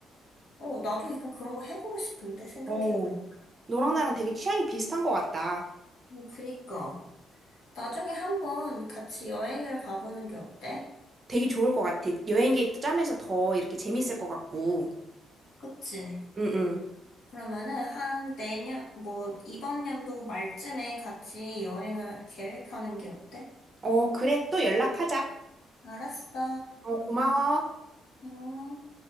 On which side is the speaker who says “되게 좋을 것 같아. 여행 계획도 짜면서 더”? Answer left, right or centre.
Right